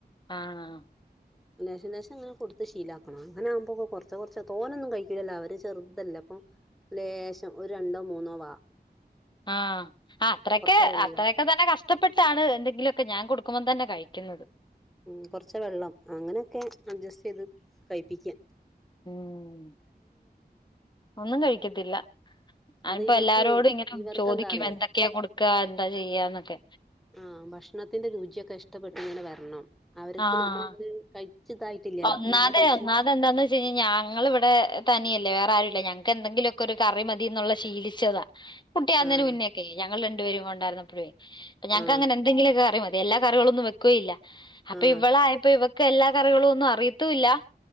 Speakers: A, on the left (about 25°); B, in the centre.
A: ആഹ്
B: ലേശം ലേശം അങ്ങനെ കൊടുത്ത് ശീലാക്കണം. അങ്ങനെകുമ്പോക്കെ കുറച്ചേ കുറച്ചേ തോനൊന്നും കഴിക്കില്ലല്ലോ അവര് ചെറുതല്ലേ അപ്പൊ ലേശം ഒരു രണ്ടോ മൂന്നോ വാ
A: ആ അത്രക്കെ
B: കുറച്ച് വെള്ളം
A: അത്രക്കെ തന്നെ കഷ്ടപ്പെട്ടാണ് എന്തെങ്കിലുക്കെ ഞാൻ കൊടുക് ക്കുമ്പം തന്നെ കഴിക്കുന്നത്
B: ഉം കൊറച്ച് വെള്ളം അങ്ങനെയൊക്കെ അഡ്ജസ്റ്റ് ചെയ്ത് കഴിപ്പിക്കാ
A: ഉം ഒന്നും കഴിക്കത്തില്ല അയ്നിപ്പം
B: അത് ഇവർക്ക്
A: എല്ലാരോടും ഇങ്ങനെ
B: ഇവർക്ക്
A: ചോദിക്കും
B: എന്താ അറിയോ
A: എന്തൊക്കെയാ കൊടുക്കുക എന്താ ചെയ്യാന്നൊക്കെ.
B: ആ ഭക്ഷണത്തിന്റെ രുചിയൊക്കെ ഇഷ്ടപ്പെട്ട് ഇങ്ങനെ വരണം അവർക്ക്
A: ആഹ്
B: നമ്മളങ്ങനെ കഴിച്ചിതായിട്ടില്ലല്ലോ
A: ഒന്നാതെ
B: അപ്പം ആ രുചി
A: ഒന്നാതെ എന്താന്ന് വെച്ച് കഴിഞ്ഞാ ഞങ്ങൾ ഇവിടെ തനിയെ ല്ലെ വേറെ ആരുല്ല ഞങ്ങക്ക് എന്തെങ്കിലൊക്കെ ഒരു കറി മതി ന്നുള്ളത് ശീലിച്ചതാ കുട്ടിയാകുന്നതിന്
B: ആഹ്
A: മുന്നേക്കെ ഞങ്ങൾ രണ്ടുപേരും ഒണ്ടാരുന്നപ്പഴേ ഞങ്ങക്കങ്ങനെ
B: ആഹ്
A: എന്തെങ്കിലൊക്കെ കറി മതി. എല്ലാ കറികളൊന്നും വെക്കുവേല്ല അപ്പൊ
B: ആഹ്
A: ഇവളായപ്പോ ഇവക് പ്പ എല്ലാ കറികളും ഒന്നും അറിയത്തുല്ല